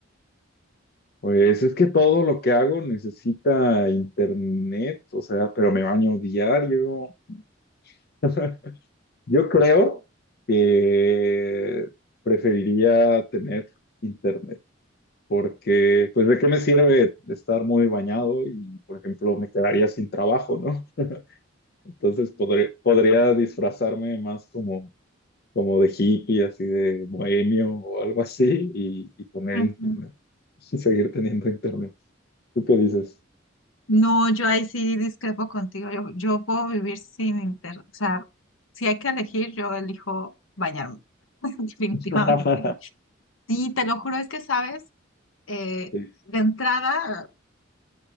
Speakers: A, on the left; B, on the left.
A: pues es que todo lo que hago necesita internet, o sea, pero me baño diario. <laughs> Yo creo que preferiría tener internet, porque pues de qué me sirve estar muy bañado y, por ejemplo, me quedaría sin trabajo, ¿no? <laughs> Entonces podré- podría disfrazarme más como, como de hippie, así de bohemio o algo así, y, y tener
B: Ujú.
A: internet, <laughs> y seguir teniendo internet. ¿Tú qué dices?
B: No, yo ahí sí discrepo contigo. Yo, yo puedo vivir sin internet. O sea, si hay que elegir, yo elijo bañarme, <laughs> definitivamente.
A: <laughs>
B: Sí, te lo juro, es que sabes, Eh,
A: Sí.
B: de entrada.